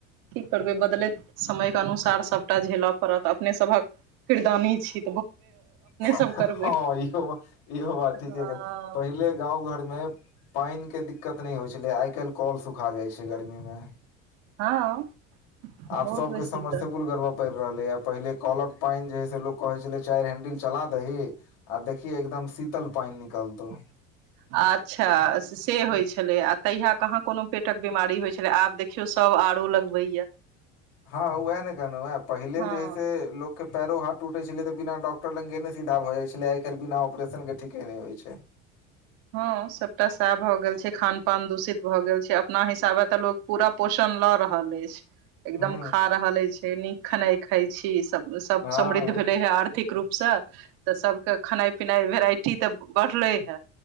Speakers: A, on the right (about 75°); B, on the left (about 75°).
A: की करबै बदलैत समय कऽ अनुसार सबटा झेलय पड़त अपने सबहक किरदानी छी
B: हँ
A: सब करबै
B: इहो बात इहो बात ठीके
A: हँ
B: पहिले गाँव घर मे पैन के दिक्कत नैय होय छेलै आय कैल्ह कलऽ सुखा जाय छै गर्मी मे
A: हँ
B: आब
A: बहुत
B: सबके
A: बेसी
B: समरसेबुल
A: तऽ
B: गरब पैड़ रहलै ये पहिले कलक पैन जे है से लोक कहै छेलै चैर हेंडिल चला दही आ देखही एकदम शीतल पैन निकलतौ
A: <unintelligible> अच्छा से होय छेलै आ तहिया कहाँ कोनो पेटक बीमारी होय छेलै आब देख देखियौ सब आरो लगबैया
B: हँ उएह ने कहलौ या पहिले
A: हँ
B: जे है से लोक के पैरो हाथ टुटै छेलै तऽ बिना डॉक्टर लग गेने सीधा भऽ जाय छेलै आय कैल बिना ऑपरेशन के ठीके नैय होय छै
A: हँ सबटा सएह भए गेल छै खान पान दूषित भऽ गेल छै अपना हिसाबे तऽ लोग पूरा पोषण लऽ रहल ऐछ एकदम
B: हूँ
A: खा रहल ऐछ नीक खेनाय खााय छी सब सब
B: हँ
A: समृद्ध भेले हे आर्थिक रूप से तऽ सबके खेनाय- पिनाय वेराइटी तऽ बढ़लेै हे